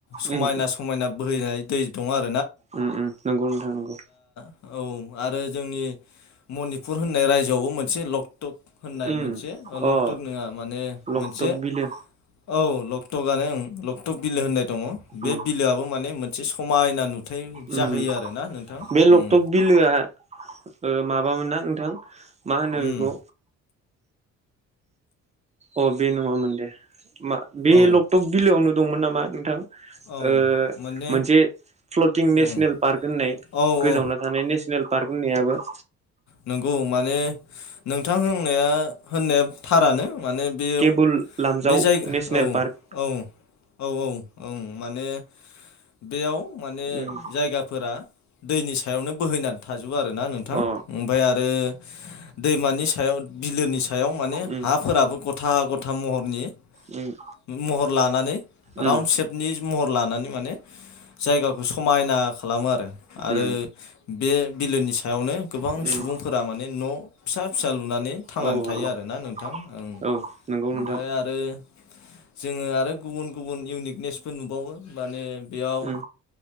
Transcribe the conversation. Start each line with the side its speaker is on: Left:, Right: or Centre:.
Left: समायना
Right: उम
Left: समायना बोहैनाय दै दंङ आरो।
Right: ओम ओम नोंगौ नोंथां नोंगौ
Left: औ आरो जोंनि मनिपुर होननाय रायजोआवबो मोनसे लक टप होननाय
Right: उम
Left: मोनसे लकटप
Right: अ
Left: नङा माने
Right: लकटक
Left: मोनसे
Right: बिलो
Left: औ लक्टकआनो ओं लक्टक बिलो होननाय दङ बे
Right: उम
Left: बिलोआबो माने मोन से समायना नुथाय
Right: उम
Left: जाहोयो आरो ना नोंथां
Right: बे लकटक
Left: ओम
Right: बिलोआ ओ माबामोन ना नोंथां मा होनो
Left: उम
Right: बेखौ अ बे नङामोन दे मा बे
Left: औ
Right: लकटक बिलोआवनो दंमोन नामा नोंथां?
Left: औ
Right: ओ
Left: माने
Right: मोनसे फ्लटिं नेसनेल
Left: उम
Right: पार्क होननाय
Left: औ
Right: गोजावना
Left: औ
Right: थानाय नेसनेल पार्क होननायाबो
Left: नोंगौ माने नोंथां होननाया होननाया थारानो। माने बेयाव
Right: केबोल लामजाव
Left: बे जाय औ
Right: नेसनेल पार्क
Left: औ औ औ। ओं माने बेयाव माने
Right: उम
Left: जायगाफोरा दैनि सायावनो बोहैनानै थाजोबो आरोना नोंथां।
Right: अ
Left: ओमफ्राय आरो दैमानि सायाव बिलोनि सायाव माने
Right: उम
Left: हाफोराबो गथा गथ था महरनि
Right: उम
Left: महर लानानै
Right: उम
Left: राउन सेभनि महर लानानै माने जायगाखौ समायना खालामो आरो, आरो
Right: उम
Left: बे बिलोनि सायावनो गोबां
Right: उम
Left: सुबुंफोरा माने न फिसा फिसा लुनानै थांनानै
Right: औ
Left: थायो
Right: औ
Left: आरोना नोंथां। ओं
Right: औ नंगौ
Left: ओमफ्राय
Right: नोंथां
Left: आरो जोङो आरो गुबुन गुबुन इउनिकनेसफोर नुबावो माने बेयाव
Right: उम